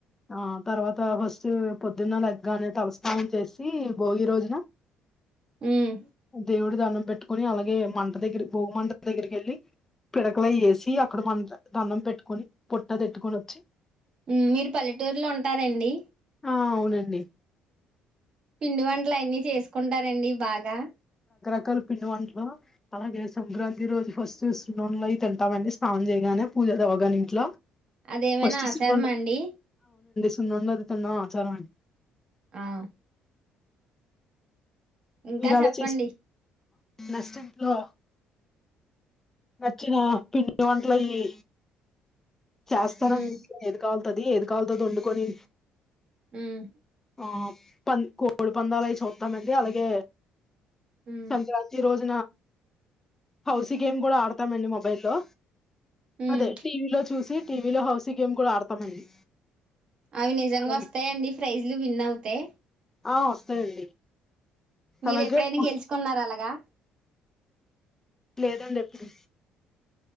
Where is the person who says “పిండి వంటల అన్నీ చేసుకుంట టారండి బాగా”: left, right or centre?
Right